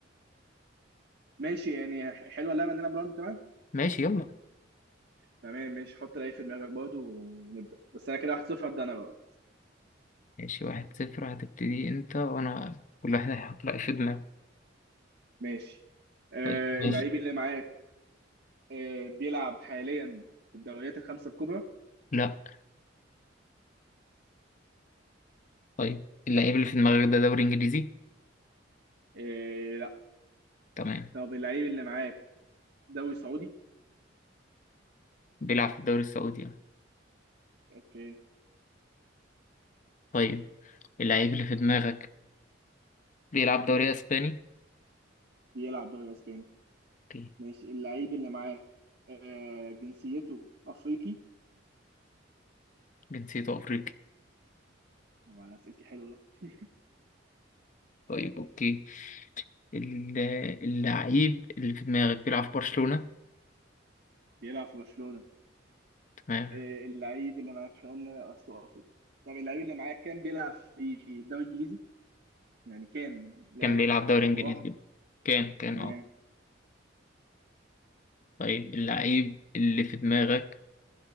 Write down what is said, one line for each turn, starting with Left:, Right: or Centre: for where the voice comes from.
Right: ماشي يعني ح- حلوه اللعبه ان انا براوند كمان
Left: ماشي يلا
Right: تمام ماشي حط لعيب في دماغك برضه ونبدا بس انا كده 1-0 هبدا انا بقى
Left: ماشي واحد صفر هتبتدي انت وانا كل واحد هيحط رأي في دماغه
Right: ماشي آه
Left: طيب ماشي
Right: اللعيب اللي معاك آه بيلعب حاليا في الدوريات الخمسه الكبرى
Left: لا طيب اللعيب اللي في دماغك ده دوري انجليزي
Right: آه لا
Left: تمام
Right: طب اللعيب اللي معاك دوري سعودي
Left: بيلعب في الدوري السعودي اه.
Right: اوكي
Left: طيب اللعيب اللي في دماغك بيلعب دوري اسباني
Right: بيلعب دوري اسباني
Left: اوكي
Right: ماشي اللعيب اللي معاك آه جنسيته افريقي
Left: جنسيته افريقي
Right: طبعا اسئلتي حلوه <laughs>
Left: طيب اوكي ال- اللعيب اللي في دماغك بيلعب في برشلونة
Right: بيلعب في برشلونه
Left: تمام
Right: آه، اللعيب اللي معاك احنا قلنا اصله افريقي طب اللعيب اللي معاك كان بيلعب في الدوري الانجليزي يعني كان لا
Left: كان بيلعب
Right: يعني ك-
Left: دوري
Right: او
Left: انجليزي
Right: راح
Left: كان كان
Right: تمام
Left: اه طيب اللعيب اللي في دماغك